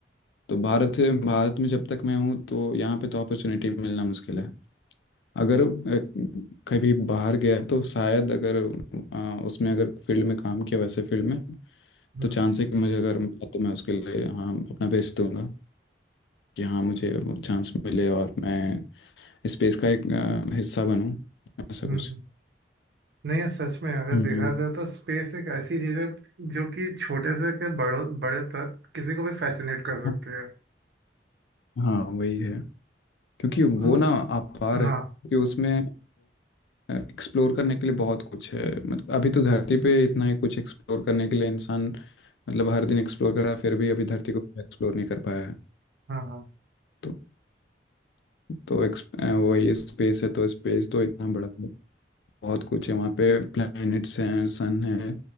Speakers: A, on the left (about 75°); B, on the right (about 70°).
A: तो भारत भारत में जब तक मैं हूँ तो यहाँ पे तो अपॉर्चुनिटी मिलना मुश्किल है अगर अ, कभी बाहर गया तो शायद अगर अ, उसमें अगर फील्ड में काम किया वैसे फील्ड में
B: हम्म
A: तो चांस है कि मुझे अगर मिला तो मैं उसके लिए हाँ अपना बेस्ट दूंगा कि हाँ मुझे वो चांस मिले और मैं स्पेस का एक अ, हिस्सा बनूं ऐसा
B: हम्म
A: कुछ
B: नहीं यार, सच में अगर
A: हम्म
B: देखा जाए तो स्पेस एक ऐसी चीज है जो कि छोटे से के बड़ों बड़े तक किसी को भी फैसिनेट कर
A: हाँ
B: सकती है
A: हाँ, वही है क्योंकि वो
B: मु
A: ना अपार
B: हाँ
A: है क्योंकि उसमें एक्सप्लोर करने के लिए बहुत कुछ है मतलब अभी तो धरती पे इतना ही कुछ एक्सप्लोर करने के लिए इंसान मतलब हर दिन एक्सप्लोर कर रहा है फिर भी अभी धरती को एक्सप्लोर नहीं कर पाया है
B: हाँ हाँ
A: तो तो एक्स वही स्पेस है तो स्पेस तो इतना बड़ा है, बहुत कुछ है वहाँ पे प्लैनेट्स हैं सन है